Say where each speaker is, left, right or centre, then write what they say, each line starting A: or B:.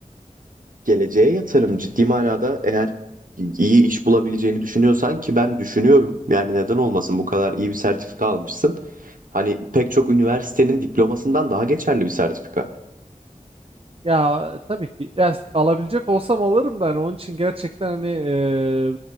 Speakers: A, on the right (about 75°); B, on the right (about 40°).
A: geleceğe yatırım ciddi manada eğer iyi iş bulabileceğini düşünüyorsan ki ben düşünüyorum. Yani neden olmasın bu kadar iyi bir sertifika almışsın. Hani pek çok üniversitenin diplomasından daha geçerli bir sertifika.
B: Ya tabii ki ya, alabilecek olsam alırım da hani onun için gerçekten hani e,